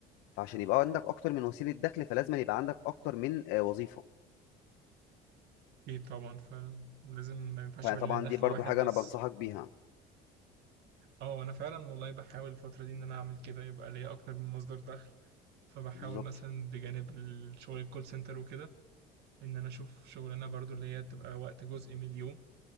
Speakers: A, on the left; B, on the right.
A: فعشان يبقى عندك اكتر من وسيله دخل فلازم يبقى عندك اكتر من آه، وظيفه
B: ايه طبعا فعلا ولازم ما ينفعش
A: فطبعا
B: يبقى لنا دخل
A: دي برضو
B: واحد
A: حاجه
B: بس
A: انا بنصحك بيها
B: اه انا فعلا والله بحاول الفترة دي ان انا اعمل كده يبقى ليا اكتر من مصدر دخل فبحاول
A: بالظبط
B: مثلا بجانب الشغل الكول سنتر وكده ان انا اشوف شغلانه برضو اللي هي تبقى وقت جزء من اليوم